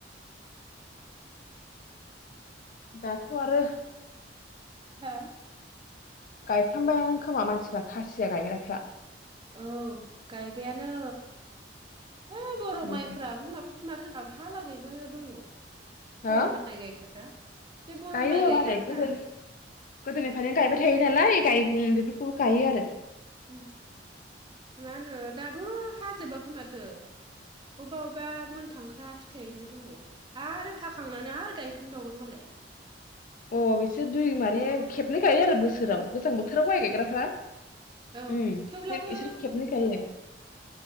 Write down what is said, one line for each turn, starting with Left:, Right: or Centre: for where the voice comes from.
Left: दाथ आरो
Right: हो?
Left: गायफ्रामबायानो खोमा मानसिफ्रा खासिया गायग्राफ्रा।
Right: औ। गायबायानो। है <unintelligible>
Left: उम
Right: माइफ्राबो माबा माथो दाबहालागैबो दङ।
Left: हो
Right: बर माइ गायग्राफ्रा बे बर'
Left: गायो
Right: माइ गायग्राफ्रा
Left: मालाय गोदो गोदोनिफ्रायनो गायबाय थायो नालाय गाय उम बेफोरखौबो गायो आरो।
Right: उम मा होनो दाबो हाजोबाखै माथो अबबा अबबा मोनथांख्रा फिथाइनो दङ आरो हाखांनानै आरो गायफिनबावगोन मालाय।
Left: अ बिसोर दुइ माने खेबनै गायो आरो बोसोराव। गोजां बोथोराव माइ
Right: उम्म
Left: गायग्राफ्रा
Right: औ
Left: उम
Right: थेवब्लाबो
Left: बिसोर खेबनै गायो